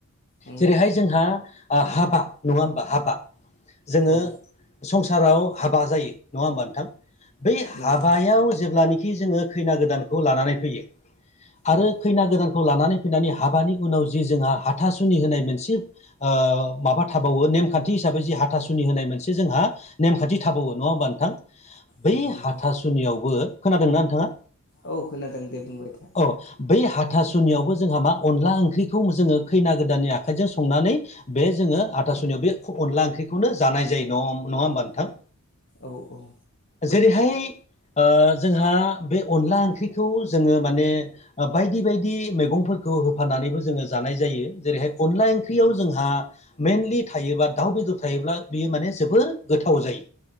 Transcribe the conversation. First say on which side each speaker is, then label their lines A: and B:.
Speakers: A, on the left (about 50°); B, on the left (about 30°).
A: उम
B: जेरैहाय जोंहा ओ हाबा नङा होमबा हाबा जोङो
A: औ
B: संसाराव हाबा जायो नङा होमबा नोंथां बै
A: नंगौ
B: हाबायाव जेब्लानोखि जोङो खैना गोदानखौ लानानै फैयो
A: उम
B: आरो खैना गोदानखौ लानानै फैनानै हाबानि उनाव जि जोंहा हाथासुनि होनाय मोनसे ओ माबा थाबावो नेमखान्थि हिसाबै जि हाथासुनि होनाय मोनसे जोंहा नेमखान्थि थाबावो नङा होमबा नोंथां
A: नंगौ
B: बै
A: नंगौ
B: हाथासुनियावबो खोनादोंना नोंथाङा
A: औ खोनादों दे बुंबाय था
B: अ बै हाथासुनियावबो जोंहा मा अनला ओंख्रिखौ जोङो खैना गोदाननि आखाइजों संनानै बे जोङो हाथासुनियाव बे अनला ओंख्रिखौनो जानाय जायो नं नङा होमबा नोंथां
A: औ औ
B: जेरैहाय ओ जोंहा बे अनला ओंख्रिखौ जोङो माने ओ बायदि बायदि मैगंफोरखौ होफानानैबो जोङो जानाय जायो जेरैहाय अनला ओंख्रियाव जोंहा मेइनलि थायोबा दाउ बेदर थायोब्ला बेयो माने जोबोर गोथाव जायो